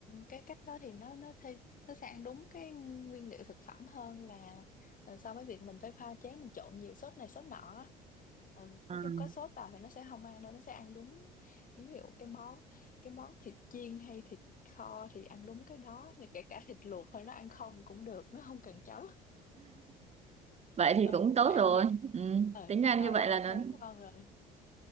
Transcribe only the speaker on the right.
Ừ.
Vậy thì
cũng
tốt
rồi.
Ừ.
Tính ra như
vậy
là
nó